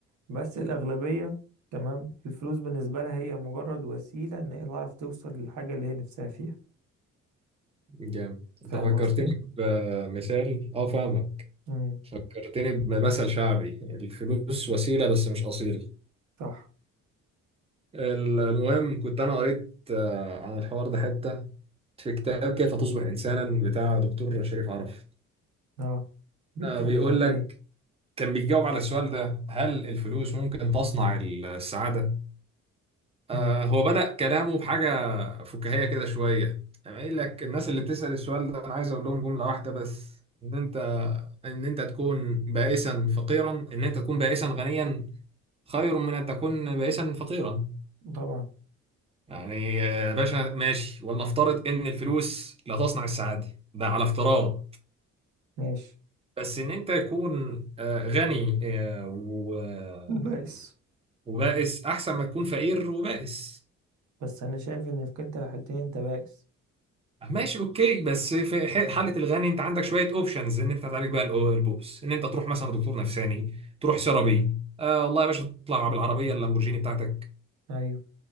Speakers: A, on the right; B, on the right.
A: بس الأغلبية تمام الفلوس بالنسبة لها هي مجرد وسيلة إن هي تعرف توصل للحاجة اللي هي نفسها فيها
B: جامد انت
A: فاهم
B: فكرتني
A: قصدي؟
B: بمثال اه فاهمك
A: مم.
B: فكرتني بمثل شعبي الفلوس وسيلة بس مش أصيلة
A: صح
B: المهم كنت أنا قريت آه، عن الحوار ده حتة في كتاب كيف تصبح إنسانا بتاع دكتور شريف عرف
A: اه بيتكلم
B: آه، بيقول
A: على
B: لك
A: ايه؟
B: كان بيجاوب على السؤال ده هل الفلوس ممكن تصنع السعادة؟
A: مم.
B: آه هو بدأ كلامه بحاجة فكاهية كده شوية أنا قايل لك الناس اللي بتسأل السؤال ده أنا عايز أقول لهم جملة واحدة بس إن أنت إن أنت تكون بائسا فقيرا إن أنت تكون بائسا غنيا خير من أن تكون بائسا فقيرا
A: طبعا
B: يعني يا باشا ماشي ولنفترض إن الفلوس لا تصنع السعادة ده على افتراض
A: ماشي
B: بس إن أنت تكون آه، غني آه، و-
A: وبائس
B: وبائس أحسن ما تكون فقير وبائس
A: بس أنا شايف إن في كلتا الحالتين أنت بائس
B: ماشي اوكي بس في ح- حاله الغني انت عندك شويه اوبشنز ان انت تعالج بقى الأو- البؤس ان انت تروح مثلا دكتور نفساني تروح سيرابي آه والله يا باشا تطلع بالعربيه اللامبورجيني بتاعتك
A: أيوه